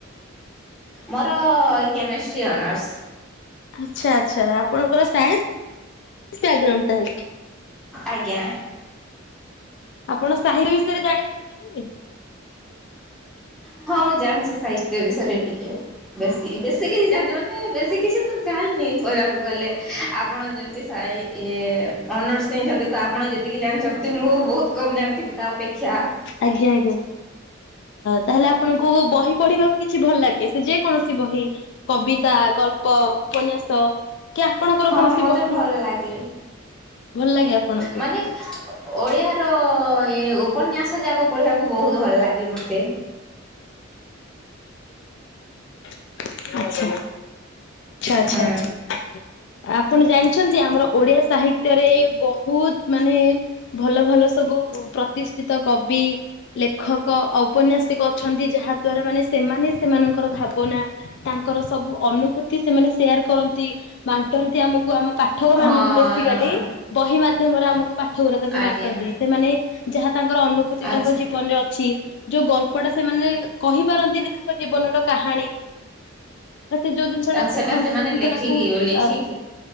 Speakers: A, in the centre; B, on the left (about 60°).
A: ମୋର କେମିଷ୍ଟ୍ରି ଅନର୍ସ?
B: ଆଚ୍ଛା ଆଚ୍ଛା, ଆପଣଙ୍କର ନ୍ସଗାଉ <unintelligible> ତାହଲେ
A: ଆଜ୍ଞା।
B: ଆପଣ ସାହିର ବିଷୟରେ ଜାଣିବାକୁ ଚାହିଁବେ?
A: ହଁ, ମୁଁ ଜାଣିଛି ସାହିତ୍ୟ ବିଷୟରେ ଟିକେ ବେଶୀ ବେଶୀ କିଛି ଜାଣିନି, ମାନେ ବେଶୀ କିଛି ତ ଜାଣିନି କହିବାକୁ ଗଲେ, ଆପଣ ଯେମତି <unintelligible> ଇ ଇଏ ଅନର୍ସ ନେଇଛନ୍ତି ତ, ଆପଣ ଯେତିକି ଜାଣିଛନ୍ତି, ମୁଁ ବହୁତ କମ୍ ଜାଣିଥିବି ତା ଅପେକ୍ଷା
B: ଆଜ୍ଞା, ଆଜ୍ଞା, ତାହେଲେ ଆପଣଙ୍କୁ ବହି ପଢିବାକୁ କି କିଛି ଭଲ ଲାଗେ, ସେ ଯେ କୌଣସି ବହି, କବିତା ଗଳ୍ପ ଉପନ୍ୟାସ କି ଆପଣଙ୍କର
A: ହଁ
B: କୌଣସି
A: ମତେ
B: ବହି।
A: ଭଲ ଲାଗେ।
B: ଭଲ ଲାଗେ ଆପଣଙ୍କୁ?
A: ମାନେ ଓଡିଆ ର, ଏ ଉପନ୍ୟାସ। ଯାକ ପଢିବାକୁ ବହୁତ ଭଲ ଲାଗେ ମତେ।
B: ହ <unintelligible> ଆଚ୍ଛା ଆଚ୍ଛା,
A: ହୁଁ
B: ଆଚ୍ଛା, ଆପଣ ଜାଣିଛନ୍ତି ଆମର ଓଡିଆ ସାହିତ୍ୟ ରେ ବହୁତ ମାନେ ଭଲ ଭଲ ସବୁ ପ୍ରତିଷ୍ କବି ଲେଖକ, ଔପନ୍ୟାସିକ ଅଛନ୍ତି, ଯାହା ଦ୍ଵାରା ସେ ମାନେ, ସେମାନେ ସେମାନଙ୍କର ଭାବନା, ତାଙ୍କର ସବୁ ଅନୁଭୂତି, ସେମାନେ ସେୟାର କରନ୍ତି ବାଣ୍ଟନ୍ତି ଆମକୁ ଆମ ପାଠକ ମାନଙ୍କୁ
A: ହଁ
B: ବେସିକାଲି ବହି ମାଧ୍ୟମରେ ଆମକୁ ପାଠ ଗୁରା ତାକୁ
A: ଆଜ୍ଞା।
B: ବାଣ୍ଟନ୍ତି, ସେମାନେ ଯାହା ର ଅନୁଭୂତି
A: ଆଚ୍ଛା
B: ତାଙ୍କ ଜୀବନରେ ଅଛି, ଯୋଉ ଗଳ୍ପ ଟା ସେମାନେ କହିପାରନ୍ତିନି ତାଙ୍କ ଜୀବନର କାହାଣୀ। ବା ସେ ଯୋଉ ଜିନିଷଟାକୁ
A: ସେଟା
B: ଦେଖନ୍ତି,
A: ସେମାନେ
B: ଯୋଉ ଜିନିଷଟାକୁ
A: ଲେଖିକି ଲେଖିକି
B: ଅ